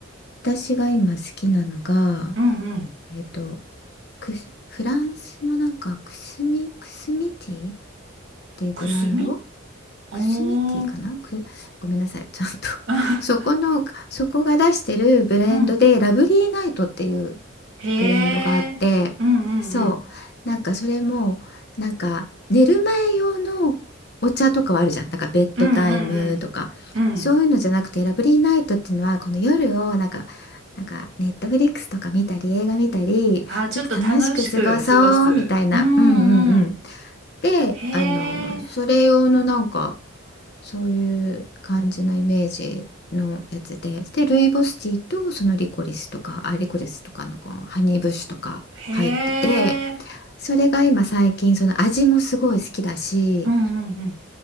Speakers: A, on the left; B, on the right.
A: 私が今好きなのが
B: うんうんうん
A: えっとくすフランスのなんかくすみくすみティーっていうブランド
B: くすみおー
A: くすみティーかなく、ごめんなさい。ちゃんと <laughs>
B: あ
A: そこの、そこが出してるブレンドで、
B: <laughs> うん
A: ラブリーナイトっていう
B: へえうん
A: ブレンドがあって、そう。
B: うん
A: なんかそれも、なんか寝る前用のお茶とかはあるじゃん。なんかベッドタイムとか、
B: うんうんうんうんうん
A: そういうのじゃなくて、ラブリーナイトっていうのは、この夜をなんか、なんかネットフリックスとか見たり映画見たりちょっと楽しく過ごそうみたいなうんうんうん
B: あちょっと楽しく過ごすうんうん
A: であのそれ用のなんか
B: へえ
A: そういう感じのイメージのやつで、で、ルイボスティーとそのリコリスとか、あ、リコリスとかのこのハニーブッシュとか入ってて、
B: へえ
A: それが今最近その味もすごい好きだし、
B: うんうんうん